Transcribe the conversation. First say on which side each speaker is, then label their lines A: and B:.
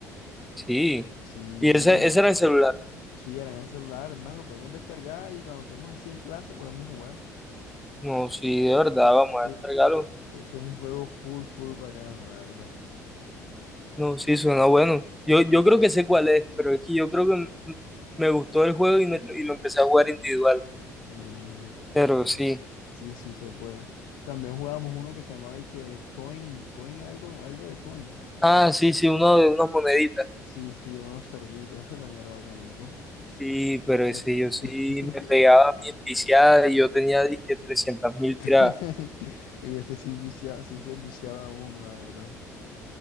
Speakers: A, in the centre; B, on the left (about 65°).
A: Sí.
B: Sí,
A: Y ese, ese era el celular.
B: sí, eran en el celular, es más, lo podemos descargar y cuando estemos así en clase podemos jugar.
A: No, sí, de verdad,
B: Y es,
A: vamos a
B: e-
A: descargarlo.
B: ese es un juego full, full bacano, la verdad.
A: No, sí, suena bueno. Yo, yo creo que sé cuál es, pero es que yo creo que m- me gustó el juego y, me- y lo empecé a jugar individual.
B: Mm,
A: Pero sí.
B: sí, sí, se puede. También jugábamos uno que se llamaba y que Coin, Coin algo, algo de Coin.
A: Ah, sí, sí, uno de unas moneditas.
B: Sí, sí, unos cerditos, ese también era bacanito.
A: Sí, pero ese
B: Es...
A: yo sí
B: <laughs>
A: me pegaba mi viciada y yo tenía dizque trescientas mil
B: <laughs>
A: tiradas.
B: En ese sí, vicia- sí se viciaba uno, la verdad.